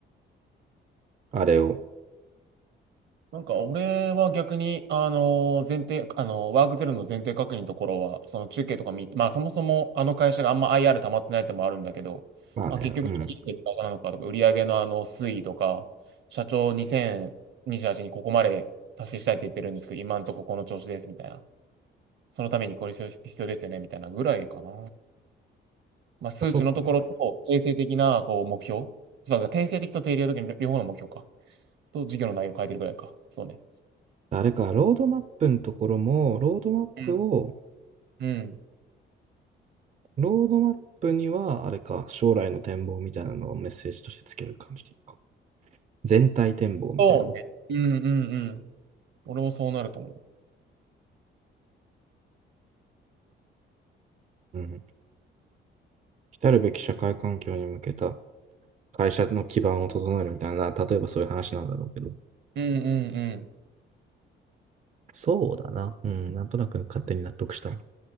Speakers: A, on the right (about 35°); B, on the right (about 65°).
A: あれを。
B: なんか俺は逆に、あのー前提、あのーワークゼロの前提確認のところは、その中継とか見、まあそもそもあの会社があんま IR 溜まってないってのもあるんだけど、
A: まあね、
B: まあ結局何やってる会社なのかとか、
A: うん。
B: 売上のあの推移とか、社長2028にじゅうはちにここまで達成したいって言ってるんですけど、今んとここの調子ですみたいな。そのためにこれ必要必要ですよねみたいなぐらいかな。まあ数値のところと、
A: あそっか。
B: 定性的なこう目標。そうだ、定性的と定量的の両方の目標か。と、事業の内容を変えてるぐらいか。そうね。
A: あれか、ロードマップのところも、ロードマップを、
B: うんうん。
A: ロードマップには、あれか、将来の展望みたいなのをメッセージとしてつける感じでいいか。全体展望みたいな。
B: そうね。うんうんうん。俺もそうなると思う。
A: うん。来たるべき社会環境に向けた会社の基盤を整えるみたいな、例えばそういう話なんだろうけど。
B: うんうんうん。
A: そうだな。うん、なんとなく勝手に納得した